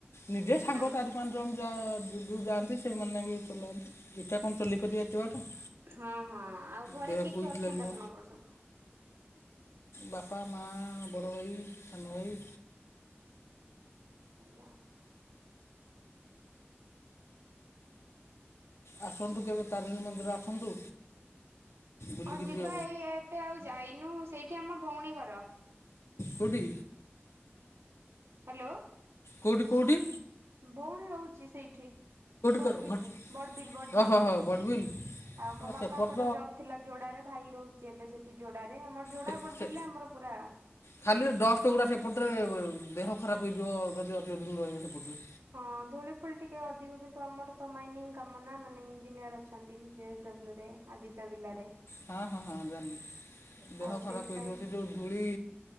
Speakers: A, on the left; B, on the right.
A: ନିଜେ ସାଙ୍ଗ
B: ଆ
A: ଚାରି ପାଞ୍ଚ ଜଣ ଯଉ ଯାଆନ୍ତି ସେମାନେ ବି ଚଲାନ୍ତି ଏକା କଣ ଚଲିଇପାରିବେ ଏତେ ବାଟ।
B: ହଁ ହଁ ଆଉ ଘରେ
A: ଦେହ
B: କିଏ କିଏ
A: ୱିକ୍
B: ଅଛନ୍ତି
A: ଲାଗିବ
B: ଆପଣଙ୍କର ସବୁ?
A: ବାପା, ମା, ବଡ଼ ଭାଇ, ସାନ ଭାଇ।
B: ଆଜ୍ଞା ଆଜ୍ଞା।
A: ଆସନ୍ତୁ କେବେ ତାରିଣୀ ମନ୍ଦିର ଆସନ୍ତୁ। ବୁଲିକି
B: ହଁ ଯିବା
A: ଯିବେ
B: ଏଇ ଏବେ ଆଉ ଯାଇନୁ ସେଇଠି ଆମ ଭଉଣୀ ଘର।
A: କୋଉଠି?
B: ହ୍ୟାଲୋ।
A: କୋଉଠି, କୋଉଠି?
B: ଭଉଣୀ ରହୁଛି ସେଇଠି। ବଡବିଲରେ
A: କେଉଁଠି
B: ବଡ଼ବିଲ, ବଡ଼ବିଲ
A: ଓହ
B: ରେ
A: ହ ବଡ଼ବିଲ
B: ଆଉ ମୋ ବାପାଙ୍କର
A: ସେପଟ
B: ଜବ ଥିଲା ଯୋଡାରେ ଭାଇ ରହୁଛି ଏବେ ସେଠି ଯୋଡାରେ ଆମର ଯୋଡା
A: ତ
B: ବଡବିଲିରେ ଆମର ପୁରା
A: ଖାଲି ଡଷ୍ଟ ଗୁଡ଼ା ସେପଟରେ ଦେହ ଖରାପ ହେଇଯିବ ଯଦି ଅଧିକ ଦିନି ରହିବ ସେପଟରେ।
B: ହଁ ଧୂଳି ଫୁଳି ଟିକେ ଅଧିକ କିନ୍ତୁ ଆମର ତ ମାଇନିଂ କାମ ନା ମାନେ ଇଞ୍ଜିନିୟର ଅଛନ୍ତି ଜେଏସଡବ୍ଲୁ ରେ। ଆଦିତ୍ୟ ବିର୍ଲାରେ।
A: ହଁ, ହଁ, ହଁ ଦେହ
B: ଆଉ ସେଇଥିପାଇଁ
A: ଖରାପ ହେଇଯିବ
B: ତ
A: ସେ ଯୋଉ ଧୂଳି।